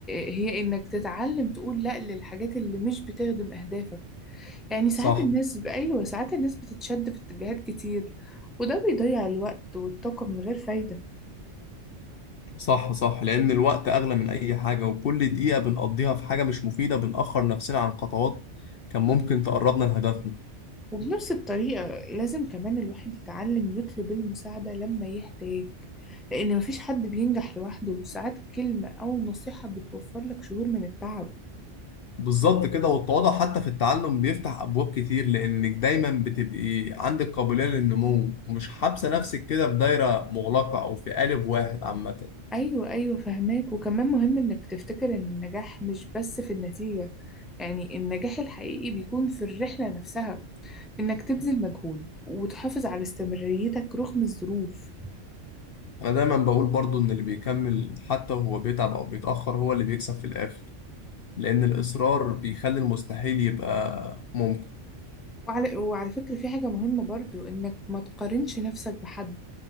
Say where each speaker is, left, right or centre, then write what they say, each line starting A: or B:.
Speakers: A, in the centre; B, on the left.
A: هي إنك تتعلم تقول لأ للحاجات اللي مش بتخدم أهدافك يعني ساعات
B: صح
A: الناس أيوة ساعات الناس بتتشد في اتجاهات كتير وده بيضيع الوقت والطاقة من غير فايدة
B: صح صح لأن الوقت أغلى من أي حاجة وكل دقيقة بنقضيها في حاجة مش مفيدة بنأخر نفسنا عن خطوات كان ممكن تقربنا لهدفنا
A: وبنفس الطريقة لازم كمان الواحد يتعلم يطلب المساعدة لما يحتاج لأن مفيش حد بينجح لوحده ساعات كلمة أو نصيحة بتوفر لك شهور من التعب
B: بالظبط كده والتواضع حتى في التعلم بيفتح أبواب كتير لأنك دايما بتبقي عندك قابلية للنمو ومش حابسة نفسك كده في دايرة مغلقة أو في قالب واحد عامة
A: أيوة أيوة فهماك وكمان مهم إنك تفتكر إن النجاح مش بس في النتيجة يعني النجاح الحقيقي بيكون في الرحلة نفسها إنك تبذل مجهود وتحافظ على استمراريتك رغم الظروف
B: أنا دايما بقول برضو إن اللي بيكمل حتى وهو بيتعب أو بيتأخر هو اللي بيكسب في الآخر لأن الإصرار بيخلي المستحيل يبقى ممكن
A: وعلى, وعلى فكرة في حاجة مهمة برضو إنك ما تقارنش نفسك بحد